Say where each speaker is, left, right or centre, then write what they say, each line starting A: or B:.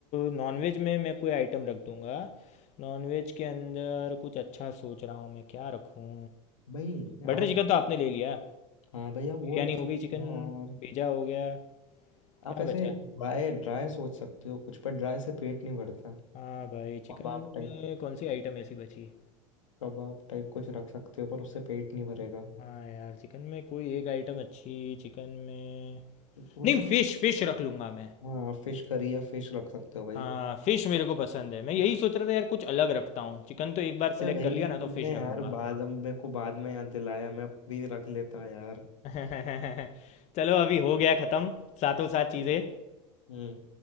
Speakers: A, on the left (about 45°); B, on the left (about 80°).
A: नॉनवेज में मैं कोई आइटम रख दूंगा नॉनवेज के अंदर कुछ अच्छा सोच रहा हूँ मैं क्या रखूँ
B: भाई
A: बटर
B: आप
A: चिकन तो आपने ले लिया
B: हाँ भाई आप वो
A: बिरयानी
B: रख सकते
A: हो गई चिकन
B: हो ना यार
A: भेजा हो गया
B: आप
A: क्या
B: ऐसे
A: बचा
B: ड्राई ड्राई सोच सकते हो कुछ पर ड्राई से पेट नहीं भरता
A: हाँ भाई चिकन
B: कबाब टाइप
A: में कौन सी आइटम ऐसी बची
B: कबाब टाइप कुछ रख सकते हो पर उससे पेट नहीं भरेगा
A: हाँ यार चिकन में कोई एक आइटम अच्छी चिकन में
B: वही
A: नहीं
B: ना
A: फिश फिश रख लूँगा मैं
B: हाँ फिश करी या फिश रख सकते हो भाई
A: हाँ फिश मेरे को पसंद है मैं यही सोच रहा था यार कुछ अलग रखता हूँ चिकन तो एक बार
B: अरे
A: सिलेक्ट
B: भाई
A: कर लिया ना तो
B: तुमने
A: फिश रखूँगा
B: यार
A: हाँ।
B: बाद में मेरे को बाद में याद दिलाया मैं भी रख लेता यार
A: <laughs> चलो अभी हो गया ख़त्म सातों सात चीज़ें
B: हम्म